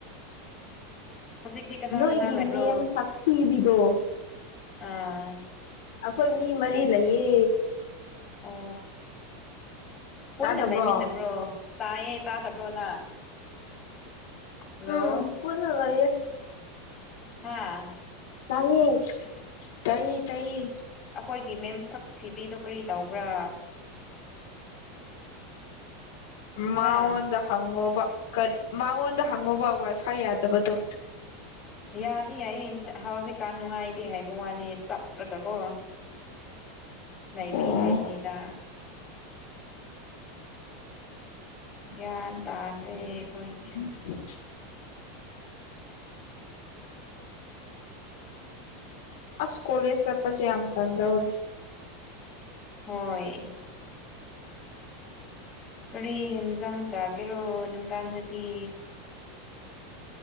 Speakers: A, on the left (about 15°); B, on the left (about 70°).
A: ꯍꯧꯖꯤꯛꯇꯤ ꯀꯅꯥ
B: ꯅꯣꯏꯒꯤ
A: ꯀꯅꯥ ꯂꯩꯕ꯭ꯔꯣ
B: ꯃꯦꯝ ꯁꯛꯊꯤꯕꯤꯗꯣ
A: ꯑꯥ
B: ꯑꯩꯈꯣꯏ ꯃꯤ ꯃꯔꯤ ꯂꯩꯌꯦ
A: ꯑꯣ ꯄꯨꯟꯅ
B: ꯇꯥꯗꯕ꯭ꯔꯣ
A: ꯂꯩꯃꯤꯟꯅꯕ꯭ꯔꯣ ꯇꯥꯏꯌꯦ ꯇꯥꯗꯕ꯭ꯔꯣꯅꯥ ꯍꯜꯂꯣ
B: ꯎꯝ ꯄꯨꯟꯅ ꯂꯩꯌꯦ
A: ꯍꯥꯥ
B: ꯇꯥꯏꯌꯦ ꯀꯩ ꯇꯩ
A: ꯑꯩꯥꯈꯣꯏꯒꯤ ꯃꯦꯝ ꯁꯛ ꯊꯤꯕꯤꯗꯣ ꯀꯔꯤ ꯇꯧꯕ꯭ꯔꯥ
B: ꯃꯉꯣꯟꯗ
A: ꯍꯥ
B: ꯍꯪꯉꯣꯕ ꯀꯔꯤ ꯃꯉꯣꯟꯗ ꯍꯪꯉꯣꯕ ꯋꯥꯏ ꯐꯥꯏ ꯌꯥꯗꯕꯗꯣ
A: ꯌꯥꯗꯤ ꯌꯥꯏ ꯏꯟꯇꯥ ꯍꯧꯖꯤꯛꯀꯥꯟ ꯅꯨꯡꯉꯥꯏꯇꯦ ꯍꯥꯏꯕ ꯋꯥꯅꯦ ꯆꯠꯔꯒꯀꯣ ꯂꯩꯥꯕꯤ
B: ꯑꯣ
A: ꯍꯥꯏꯕꯅꯤꯗ ꯒ꯭ꯌꯥꯟ ꯇꯥꯗ꯭ꯔꯦ ꯑꯩꯈꯣꯏ ꯁꯤꯁꯨ
B: <unintelligible> ꯑꯁ ꯀꯣꯂꯦꯖ ꯆꯠꯄꯁꯦ ꯌꯥꯝ ꯇꯟꯗꯧꯔꯤ
A: ꯍꯣꯏ ꯀꯔꯤ ꯍꯦꯟꯖꯥꯡ ꯆꯥꯒꯦꯔꯣ ꯅꯨꯡꯗꯥꯡꯗꯗꯤ